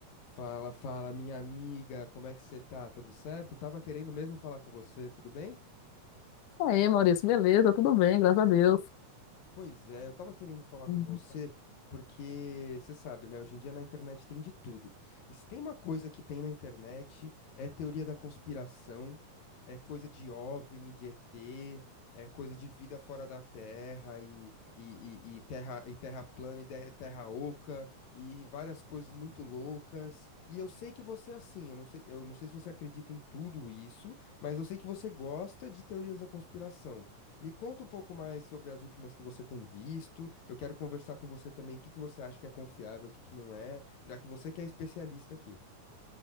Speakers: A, on the left; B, on the left.
A: Fala, fala, minha amiga, como é que você tá? Tudo certo? Tava querendo mesmo falar com você, tudo bem?
B: Aí, Maurício, beleza, tudo bem, graças a Deus.
A: Pois é, eu tava querendo falar
B: Uhum.
A: com você, porque você sabe, né? Hoje em dia na internet tem de tudo. E se tem uma coisa que tem na internet, é teoria da conspiração, é coisa de OVNI, de ET, é coisa de vida fora da Terra e, e, e- e terra, e terra plana e de- terra oca e várias coisas muito loucas. E eu sei que você é assim, eu não sei, eu não sei se você acredita em tudo isso, mas eu sei que você gosta de teorias da conspiração. Me conta um pouco mais sobre as últimas que você tem visto. Eu quero conversar com você também o que que você acha que é confiável, o que que não é, já que você que é especialista aqui.